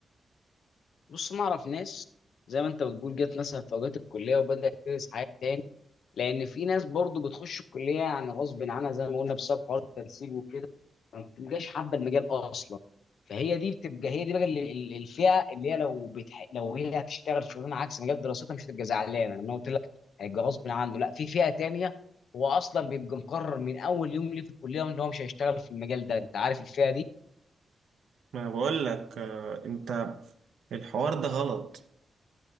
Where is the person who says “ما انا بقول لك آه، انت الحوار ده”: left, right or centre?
Right